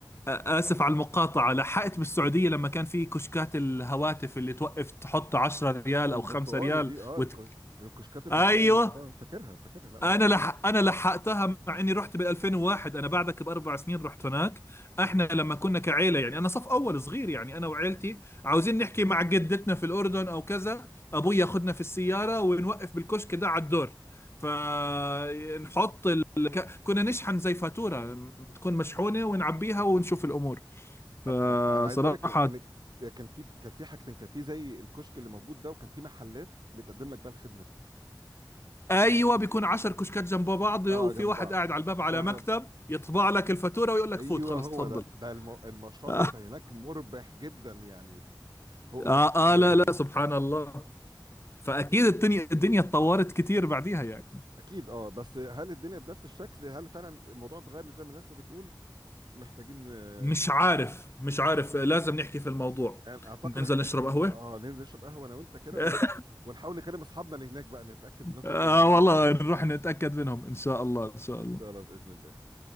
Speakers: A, on the left; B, on the right.
A: آسف على المقاطعة لحقت بالسعودية لما كان في كشكات الهواتف اللي توقف تحط 10 ريال
B: البرتقان
A: أو 5 ريال
B: دي اه
A: وت...
B: الك- الكشكات البرتقان
A: أيوه
B: اه فاكرها فاكرها لا ما
A: أنا لح... أنا لحقتها مع إني رحت بال 2001 أنا بعدك بأربع سنين رحت هناك إحنا لما كنا كعيلة يعني أنا صف أول صغير يعني أنا وعيلتي
B: انا
A: عاوزين نحكي مع جدتنا في الأردن أو كذا أبوي ياخدنا في السيارة ونوقف بالكشك ده على الدور فنحط ال... ك- كنا نشحن زي فاتورة تكون مشحونة ونعبيها ونشوف الأمور فصراحة
B: انا أنا عايز اقول لك ان إن كان في كان في حاجتين كان في زي الكشك اللي موجود ده وكان في محلات بتقدم لك بقى الخدمه دي
A: ايوه بيكون عشر كشكات جنب بعض وفي
B: اه جنب
A: واحد
B: بعض
A: قاعد على الباب على
B: واحنا
A: مكتب يطبع لك الفاتورة ويقول لك
B: ايوه
A: فوت خلاص
B: هو
A: اتفضل
B: ده ده الم...
A: <laughs>
B: المشروع
A: آه,
B: ده هناك مربح جدا يعني فوق ما
A: اه
B: تتخيل
A: اه لا لا
B: يعني.
A: سبحان الله فاكيد الدنيا الدنيا اتطورت كتير بعديها يعني
B: اكيد اه بس هل الدنيا بنفس الشكل هل فعلا الموضوع اتغير زي ما الناس ما بتقول محتاجين آه،
A: مش عارف مش عارف لازم نحكي في الموضوع
B: يعني اعتقد
A: ننزل
B: احنا محتاجين
A: نشرب قهوة
B: اه ننزل نشرب قهوه انا وانت كده
A: <laughs>
B: ونقعد ونحاول نكلم اصحابنا اللي هناك بقى نتاكد منهم
A: آه
B: الدنيا عامله
A: والله
B: ازاي
A: نروح نتأكد منهم إن شاء الله
B: <laughs>
A: إن شاء
B: ان
A: الله
B: شاء الله باذن الله